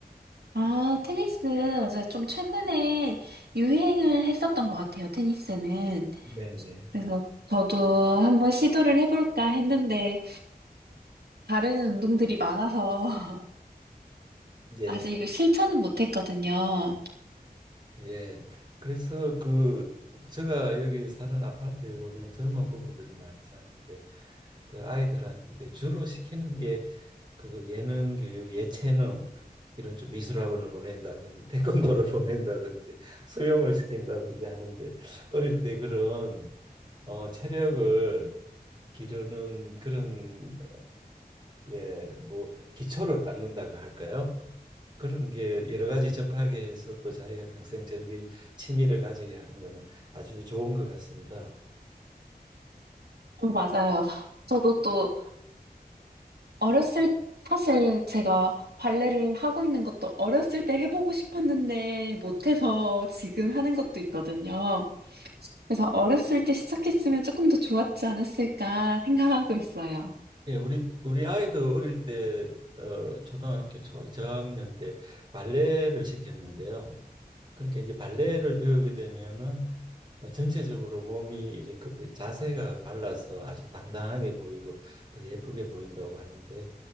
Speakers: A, on the right; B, on the right.
A: 아, 테니스, 맞아요. 좀 최근에 유행을 했었던 것 같아요, 테니스는.
B: 네네.
A: 그래서 저도 한번 시도를 해볼까 했는데, 다른 운동들이 많아서 <laughs>
B: 예.
A: 아직 실천은 못했거든요.
B: 예. 그래서 그 제가 여기 사는 아파트에 보면 젊은 부부들이 많이 사는데 그 아이들한테 주로 시키는 게 그 예능 교육, 예체능 이런 좀 미술학원을 보낸다든지 태권도를 <laughs> 보낸다든지 수영을 시킨다든지 하는데 어릴 때 그런 어 체력을 기르는 그런 어예뭐 기초를 닦는다고 할까요? 그런 게 여러 가지 접하게 해서 또 자기가 평생 즐길 취미를 가지게 하는 거는 아주 좋은 것 같습니다.
A: 어, 맞아요. 저도 또 어렸을 사실 제가 발레를 하고 있는 것도 어렸을 때 해보고 싶었는데 못해서 지금 하는 것도 있거든요. 그래서 어렸을 때 시작했으면 조금 더 좋았지 않았을까 생각하고 있어요.
B: 예, 우리 우리 아이도 어릴 때 어, 초등학교 초 저학년 때 발레를 시켰는데요. 그러니까 이제 발레를 배우게 되면은 어, 전체적으로 몸이 이렇게 그- 자세가 발라서 아주 당당하게 보이고 더 예쁘게 보인다고 하는데